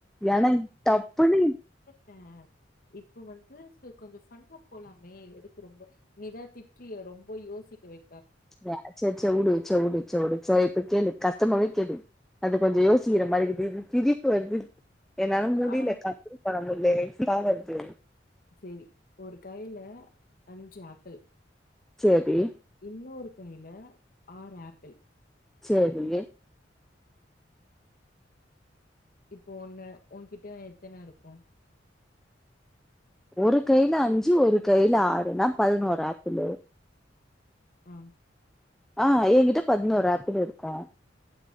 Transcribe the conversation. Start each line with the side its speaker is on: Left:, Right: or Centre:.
Centre: ஏன்னா டப்புனு
Left: டன் இப்ப வந்து சேர் கொஞ்சோ ஃபன்னாப் போலாமே எதுக்கு ரொம்ப நீதா திட்றியே ரொம்ப யோசிக்க வை
Centre: எ சச்ச உடு ச்ச உடு ச்ச உடு ச இப்ப கேளு கஷ்டமாவே கேளு அது கொஞ்சோ யோசிக்கிற மாரி இருக்குது எனக்கு சிரிப்பு வருது என்னா முடில
Left: ஆ.
Centre: கன்ட்ரோல் பண்ண முடில சிரிப்பா வருது
Left: சேரி ஒரு கையில அஞ்சு ஆப்பிள்
Centre: சேரி
Left: இன்னொரு கையில ஆர் ஆப்பிள்
Centre: சேரி
Left: இப்போ ஒன்னு ஒன்கிட்ட எத்தன இருக்கும்
Centre: ஒரு கையில அஞ்சு ஒரு கையில ஆறுன்னா பதினொரு ஆப்பிளு
Left: ஆ
Centre: ஆ என்கிட்ட பதினொரு ஆப்பிளு இருக்கும்